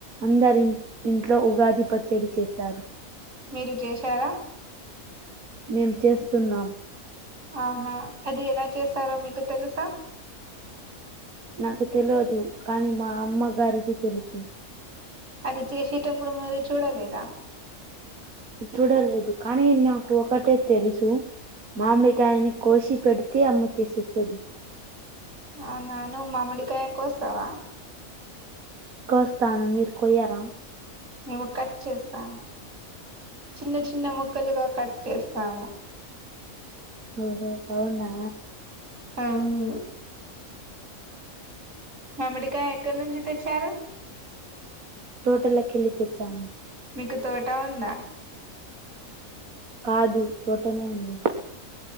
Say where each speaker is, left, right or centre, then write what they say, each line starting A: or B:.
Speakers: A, on the right (about 75°); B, on the right (about 60°).
A: అందరిం ఇంట్లో ఉగాది పచ్చడి చేసారు.
B: మీరు చేశారా.
A: మేం చేస్తున్నాం.
B: అవునా అది ఎలా చేస్తారో మీకు తెలుసా
A: నాకు తెలవదు కానీ మా అమ్మ గారికి తెలుసు
B: అది చేసేటప్పుడు మీరు చూడలేదా
A: నీ చూడలేదు కానీ నాకు ఒకటే తెలుసు మామిడి కాయిని కోషి పెడితే అమ్మ చేసేస్తది
B: అవునా నువ్ మామిడికాయ కోస్తవ
A: కోస్తాను మీరు కొయ్యరా
B: మేము కట్ చేస్తాము చిన్న చిన్న ముక్కలుగా కట్ చేస్తాము
A: ఓహో అవునా
B: అవును మామ్మిడికాయ ఎక్కడ్ నుంచి తెచ్చారు
A: తోటలే కెల్లి తెచ్చాము
B: మీకు తోట ఉందా
A: కాదు తోటనే ఉంది